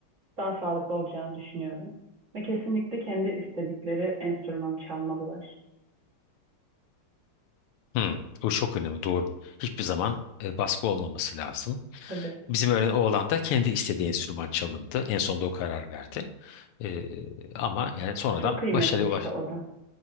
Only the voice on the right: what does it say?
daha sağlıklı olacağını düşünüyorum. Ve kesinlikle kendi istedikleri enstrümanı çalmalılar.
Tabii.
Çok kıymetli
işte
o da.